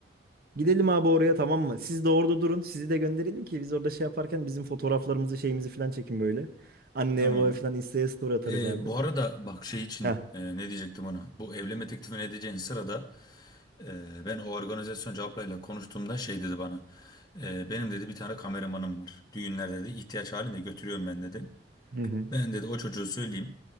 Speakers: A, on the right; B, on the left.
A: Gidelim abi oraya tamam mı? Siz de orada durun. Sizi de gönderelim ki biz orada şey yaparken bizim fotoğraflarımızı şeyimizi falan çekin böyle. Anneye
B: tamam.
A: babaya falan Insta'ya story atarız
B: E,
A: abi.
B: bu arada bak şey için
A: Heh.
B: e, ne diyecektim ona bu evlenme teklifi ne diyeceğin sırada Ee, ben o organizasyon ablayla konuştuğumda şey dedi bana. "Ee, benim dedi bir tane kameramanım var. Düğünler dedi ihtiyaç halinde götürüyorum ben dedi.
A: Hı hı.
B: Ben dedi o çocuğu söyleyeyim.